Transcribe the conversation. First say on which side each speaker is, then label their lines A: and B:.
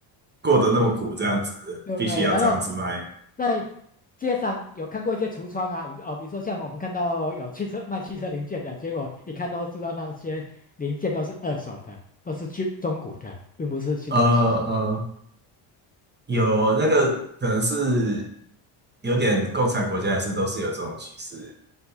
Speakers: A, on the right; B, on the left.
A: 过得那么苦，
B: 嗯
A: 这样子必须要这样子卖。
B: 对，不对？然后在街上有看过一些橱窗啊，啊，比如说像我们看到有汽车卖汽车零件的，结果一看都知道那些零件都是二手的，都是去中古的，并不是新的汽
A: 呃呃，有那个可能是有点共产国家也是都是有这种趋势，